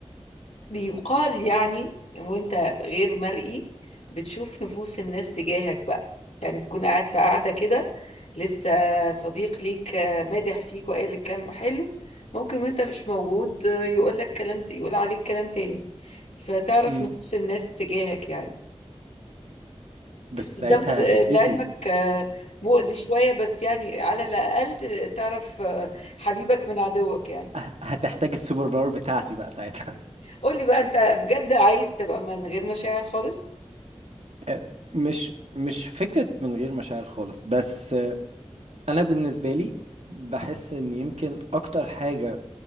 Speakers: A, on the left; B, on the right.
A: بيقال يعني وانت غير مرئي بتشوف نفوس الناس تجاهك بقى يعني تكون قاعد في قاعدة كده لسه صديق ليك آه، مادح فيك وقال لك كلام حلو ممكن وانت مش موجود آه، يقول لك كلام يقول عليك كلام تاني فتعرف
B: مم.
A: نفوس الناس تجاهك يعني
B: بس
A: ده
B: ساعتها
A: مز- آه،
B: هتتأذي
A: لعلمك آه، مؤذي شوية بس يعني على الأقل تعرف آه، حبيبك من عدوك يعني
B: ه- هتحتاج السوبر باور بتاعتي بقى ساعتها
A: قولي بقى انت بجد عايز تبقى من غير مشاعر خالص
B: آه، مش مش فكرة من غير مشاعر خالص بس آه، انا بالنسبة لي بحس ان يمكن اكتر حاجة